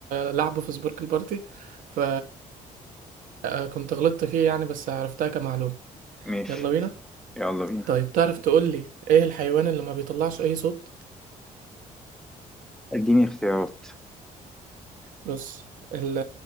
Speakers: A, on the right (about 75°); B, in the centre.
A: لعبه في سبورك البارتي ف آه، كنت غلطت فيه يعني بس عرفتها كمعلومة
B: ماشي
A: يلا بينا
B: يلا بينا
A: طيب تعرف تقول لي ايه الحيوان اللي ما بيطلعش اي صوت
B: اديني اختيارات
A: بص ال...